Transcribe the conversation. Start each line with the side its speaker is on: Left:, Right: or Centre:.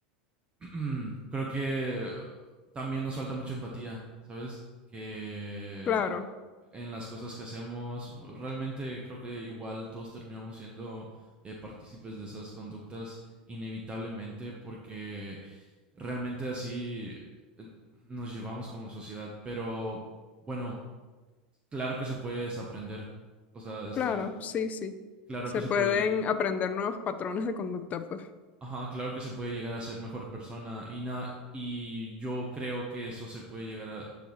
Right: <clears throat> creo que también nos falta mucha empatía, ¿sabes? Que
Left: Claro,
Right: en las cosas que hacemos, realmente creo que igual todos terminamos siendo eh, partícipes de esas conductas inevitablemente porque realmente así eh, nos llevamos como sociedad, pero bueno, claro que se puede desaprender, o sea, estoy
Left: claro,
Right: tot-
Left: sí, sí.
Right: claro
Left: Se
Right: que se
Left: pueden
Right: puede
Left: aprender nuevos patrones de conducta, pues.
Right: Ajá, claro que se puede llegar a ser mejor persona y na- y yo creo que eso se puede llegar a